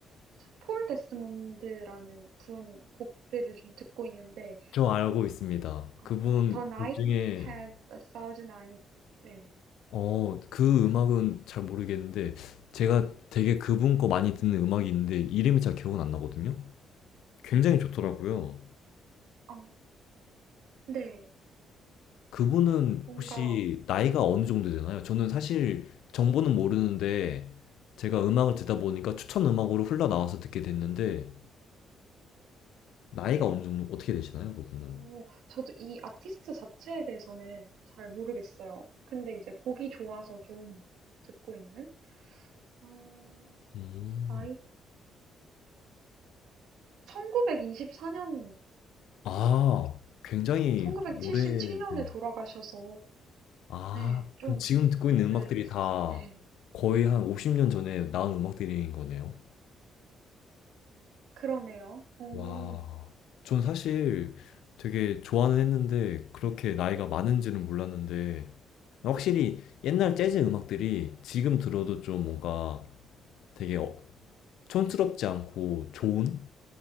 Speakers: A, on the right; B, on the left.
A: 폴 데스몬드라는 분 곡들을 좀 듣고 있는데
B: 저 알고 있습니다.
A: 어,
B: 그분
A: The Night
B: 곡 중에,
A: Has a Thousand Eyes. 네.
B: 어, 그 음악은 잘 모르겠는데, 제가 되게
A: 네.
B: 그분 거 많이 듣는
A: 네.
B: 음악이 있는데, 이름이 잘 기억은 안 나거든요? 굉장히 좋더라고요.
A: 어, 네.
B: 그분은
A: 뭔가
B: 혹시 나이가 어느 정도 되나요? 저는 사실 정보는 모르는데, 제가 음악을 듣다 보니까 추천 음악으로 흘러나와서 듣게 됐는데, 나이가 어느 정도, 어떻게 되시나요, 그분은?
A: 오, 저도 이 아티스트 자체에 대해서는 잘 모르겠어요. 근데 이제 곡이 좋아서 좀 듣고 있는? 어,
B: 음.
A: 나이, 1924년생이시고,
B: 아, 굉장히
A: 1977년에
B: 오래된
A: 돌아가셔서,
B: 아,
A: 네, 좀
B: 그럼 지금 듣고 있는
A: 오래되신,
B: 음악들이 다
A: 네,
B: 거의 한 50년 전에 나온 음악들인 거네요.
A: 그러네요. 오,
B: 와, 전 사실 되게 좋아는 했는데 그렇게 나이가 많은지는 몰랐는데 확실히 옛날 재즈 음악들이 지금 들어도 좀 뭔가 되게 어- 촌스럽지 않고 좋은